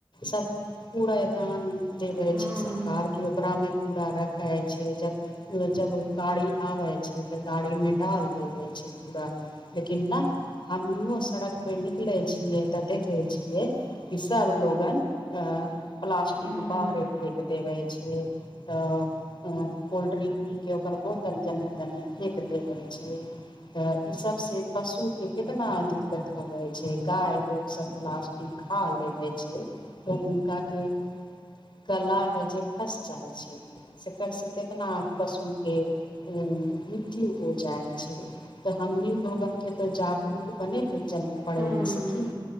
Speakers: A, on the left; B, on the right.
A: सब कूरेदानी देबे
B: हम्म
A: छै सरकार! आर केयो ओकरा मे कूड़ा रखै छै जब जब गाड़ी आबै छै, तऽ गाड़ी मे डाल देबे छै कूरा। लेकिन ना, हमनीयो सड़क पे निकले छियै, तऽ देखे छियै। कि सभ लोगन, प्लास्टिक
B: हम्म
A: बाहरे फेेक देबे छै। तऽ। अ कोल्ड्रिंक पी के ओकर बोतल, जन्ने- तन्ने फेक देबे छै। तऽ इ सब से पशु के कितना दिक्कत होवे छै, गाय लोग सब प्लास्ट कि खा लेवे छै, तऽ उनका के गला मे जे फस जाइ छै। अइ सब से, कितना पशु के ऊ मृत्यु हो जाइ छै। तऽ हमनी लोगन के तो जागरूक बने के चल पड़े
B: हम्म
A: ने सखी!